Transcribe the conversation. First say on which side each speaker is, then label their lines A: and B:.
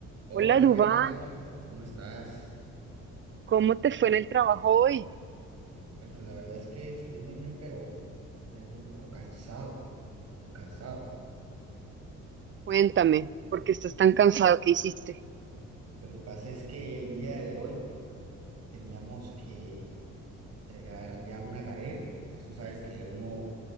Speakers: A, on the right (about 55°); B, on the right (about 40°).
A: Hola,
B: Hola, Dubán,
A: ¿qué tal? ¿Cómo estás?
B: ¿cómo te fue en el trabajo hoy?
A: Bueno, la verdad es que estuvo muy bien, pero vengo un poco cansado, tipo cansado.
B: Cuéntame, porque estás tan cansado ¿Qué hiciste.
A: Lo que pasa es que el día de hoy teníamos que entregar ya una tarea. Entonces tú sabes que uno,